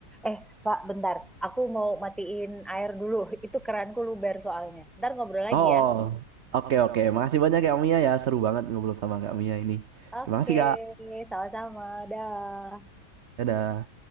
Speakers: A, in the centre; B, on the right (about 60°).
A: Eh, Pak, bentar. Aku mau matiin air dulu. <laughs> Itu keranku luber soalnya. Ntar ngobrol lagi
B: Oh,
A: ya.
B: oke oke. Makasih banyak Kak Mia ya. Seru banget ngobrol sama Kak Mia ini.
A: Oke,
B: Terima kasih Kak.
A: sama-sama. Dah.
B: Dadah.